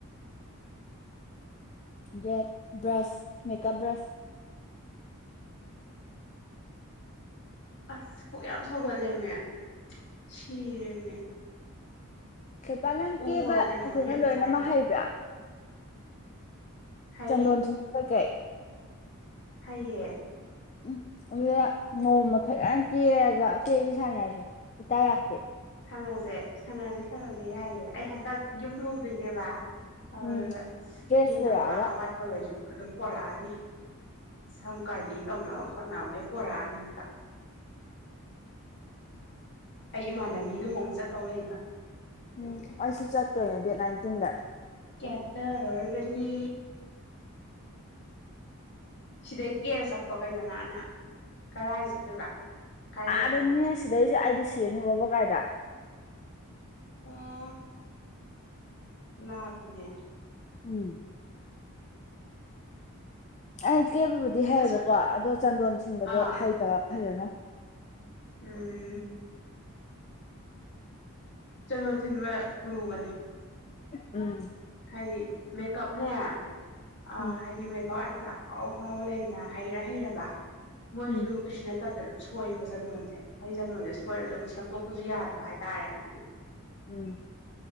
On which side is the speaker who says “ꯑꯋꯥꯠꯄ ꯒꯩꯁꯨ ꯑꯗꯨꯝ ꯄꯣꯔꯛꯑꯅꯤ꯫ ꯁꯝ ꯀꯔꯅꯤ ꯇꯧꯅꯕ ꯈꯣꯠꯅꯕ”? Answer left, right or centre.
Left